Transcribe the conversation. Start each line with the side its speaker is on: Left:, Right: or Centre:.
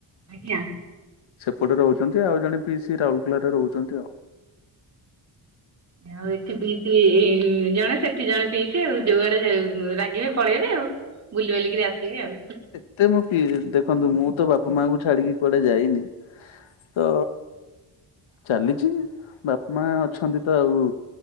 Right: ଆଜ୍ଞା।
Left: ସେପଟେ ରହୁଛନ୍ତି ଆଉ ଜଣେ ପିଇସି ରାଉରକେଲାରେ ରହୁଛନ୍ତି ଆଉ।
Right: ଆଉ ଏଠି ପିଇସି ଏ ଜଣେ ସେଠି ଜଣେ ପିଇସି ଆଉ ଯୋଉଆଡେ ର ରାଗିବେ ପଳେଇବେ ଆଉ। ବୁଲ ବାଲିିକିରି ଆସିବେ ଆଉ।
Left: ମତେ ମୁଁ ପି ଦେଖନ୍ତୁ ମୁଁ ତ ବାପା ମାଆଙ୍କୁ ଛାଡିକି କୁଆଡେ ଯାଇନି। ତ ଚାଲିଛି ବାପା ମା ଅଛନ୍ତି ତ ଆଉ